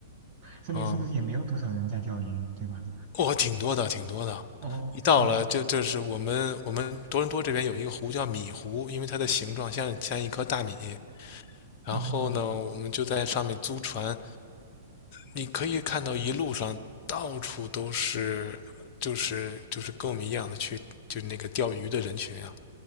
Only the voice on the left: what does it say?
嗯，
我、挺多的，挺多的。
一到了，
就就是我们我们多伦多这边有一个湖叫米湖，因为它的形状像像一颗大米。然后呢，
我们就在上面租船，你可以看到一路上到处都是，就是就是跟我们一样的去，就是那个钓鱼的人群啊。